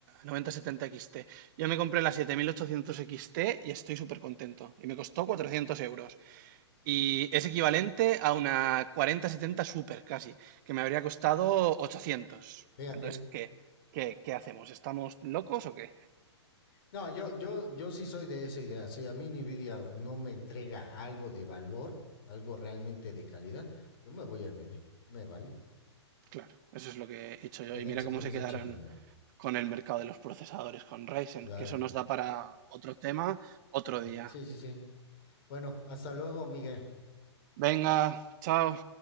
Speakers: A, on the right (about 40°); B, on the left (about 55°).
A: 9070 XT. Yo me compré la 7800 XT y estoy súper contento. Y me costó 400 euros. Y es equivalente a una 4070 Super casi, que me habría costado 800.
B: Fíjate.
A: Entonces, ¿qué? ¿Qué, qué hacemos? ¿Estamos locos o qué?
B: No, yo, yo, yo sí soy de esa idea. Si a mí Nvidia no me entrega algo de valor, algo realmente de calidad, yo me voy a AMD. Me vale.
A: Claro, eso es lo que he hecho yo.
B: Quédense
A: Y mira cómo
B: con
A: se
B: esa
A: quedaron
B: chingadera.
A: con el mercado de los procesadores, con Ryzen,
B: Claro.
A: que eso nos da para otro tema otro día.
B: Sí, sí, sí. Bueno, hasta luego, Miguel.
A: venga, chao.